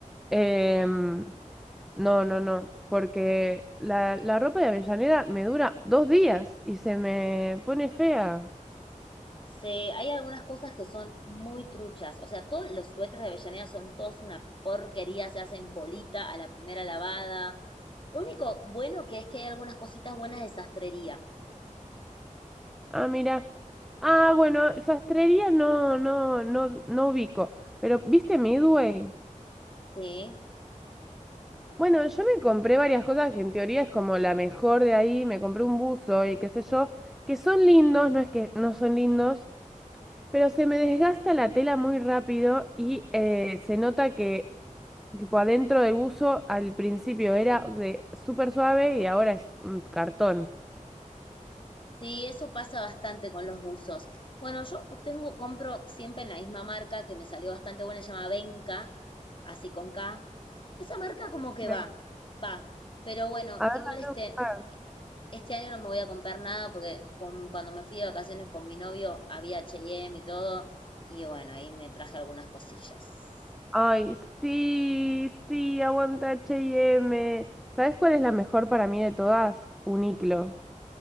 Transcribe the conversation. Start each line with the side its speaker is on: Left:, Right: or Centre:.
Centre: Em, No, no, no, porque la, la ropa de Avellaneda me dura dos días y se me pone fea.
Left: Se, hay algunas cosas que son muy truchas. O sea, todos los suéteres de Avellaneda son todos una porquería, se hacen bolita a la primera lavada. Lo único bueno que es que hay algunas cositas buenas de sastrería.
Centre: Ah, mira. Ah, bueno, sastrería no, no, no, no ubico. Pero, ¿viste Midway?
Left: Sí,
Centre: Bueno, yo me compré varias cosas que en teoría es como la mejor de ahí. Me compré un buzo y qué sé yo, que son lindos, no es que no son lindos, pero se me desgasta la tela muy rápido y eh, se nota que Tipo, adentro del buzo al principio era de súper suave y ahora es un cartón.
Left: Sí, eso pasa bastante con los buzos. Bueno, yo tengo, compro siempre en la misma marca que me salió bastante buena, se llama Benka, así con K. Esa marca como que
Centre: Sí.
Left: va, va. Pero bueno,
Centre: A ver,
Left: igual este,
Centre: a ver.
Left: este año no me voy a comprar nada porque con- cuando me fui de vacaciones con mi novio había H&M y M y todo. Y bueno, ahí me traje algunas cosillas.
Centre: Ay, sí, sí, aguanta H y M. ¿Sabes cuál es la mejor para mí de todas? Uniqlo.